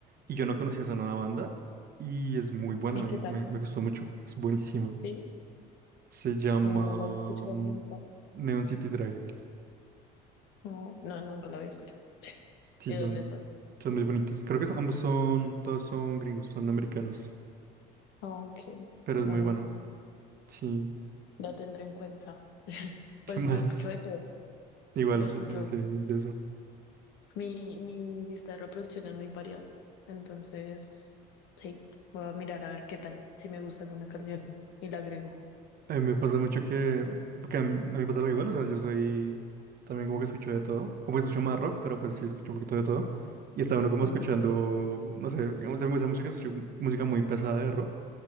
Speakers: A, on the right; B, on the left.
A: Y yo no conocía esa nueva banda y es muy buena,
B: ¿Y
A: me,
B: qué tal?
A: me, me gustó mucho, es buenísima.
B: Sí.
A: Se llama
B: No, no la había escuchado
A: mm,
B: nunca.
A: Neon City Drive.
B: No, no, nunca la había escuchado.
A: Sí,
B: ¿De
A: son,
B: dónde son?
A: son muy bonitos. Creo que son- ambos son, todos son gringos, son americanos,
B: Ah, ok.
A: pero es
B: No,
A: muy
B: no.
A: bueno. Sí,
B: La tendré en cuenta. <laughs>
A: <laughs>
B: Pues
A: ¿qué más?
B: yo escucho de todo.
A: Igual,
B: Yo escucho
A: yo también sé de eso.
B: Mi, mi lista de reproducción es muy variada, entonces sí, voy a mirar a ver qué tal, si me gusta alguna canción <laughs> y la agrego.
A: A mí me pasa mucho que, porque a mí, a mí me pasa lo igual, o sea, yo soy también como que escucho de todo, como que escucho más rock, pero pues sí escucho un poquito de todo. Y estaba uno como
B: Sí,
A: escuchando, no sé, digamos, a mí me gusta mucho que escucho música muy pesada de rock,